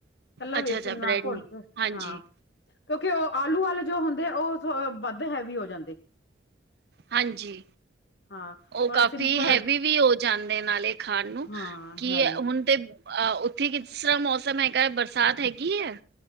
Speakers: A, on the left (about 65°); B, on the right (about 60°).
A: ਕੱਲਾ ਵੇਸਣ
B: ਅੱਛਾ ਅੱਛਾ ਬ੍ਰੈਡ
A: ਆਂ ਘੋਲ
B: ਨੂੰ
A: ਕੇ
B: ਹਾਂਜੀ
A: ਆਂ। ਕਿਉਂਕਿ ਓ ਆਲੂ ਵਾਲੇ ਜੋ ਹੁੰਦੇ ਓ ਸ ਵੱਧ ਹੈਵੀ ਹੋ ਜਾਂਦੇ।
B: ਹਾਂਜੀ।
A: ਹਾਂ
B: ਓ
A: ਔਰ
B: ਕਾਫ਼ੀ
A: ਸਿੰਪਲ
B: ਹੈਵੀ ਵੀ ਓ ਜਾਂਦੇ ਨਾਲੇ ਖਾਣ ਨੂੰ,
A: ਹਾਂ
B: ਕੀ
A: ਹੈਵੀ
B: ਐ ਹੁਣ ਤੇ ਅ ਓਥੇ ਕਿਸ ਤਰ੍ਹਾਂ ਮੌਸਮ ਹੈਗਾ ਬਰਸਾਤ ਹੈਗੀ ਐ।